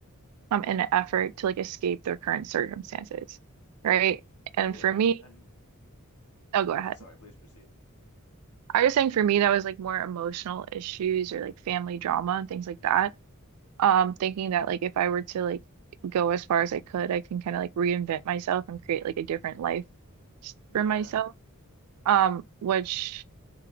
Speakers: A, on the right (about 90°); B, on the left (about 80°).
A: um in an effort to like escape their current circumstances, right?
B: Yeah.
A: And for me,
B: And
A: oh, go
B: I'm
A: ahead.
B: I'm sorry, please proceed.
A: I was saying for me that was like more emotional issues or like family drama and things like that. um thinking that like if I were to like go as far as I could, I can kind of like reinvent myself and create like a different life s-
B: Yeah.
A: for myself. Um, which